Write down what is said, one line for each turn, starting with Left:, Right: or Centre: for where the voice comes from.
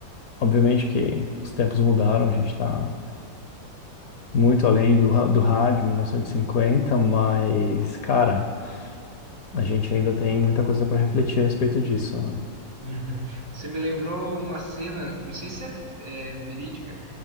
Left: obviamente, que os tempos mudaram, a gente está muito além do, ra- do rádio 1950, mas, cara, a gente ainda tem muita coisa para refletir a respeito disso, né?
Right: Uhum. Você me lembrou uma cena, não sei se é, é, verídica,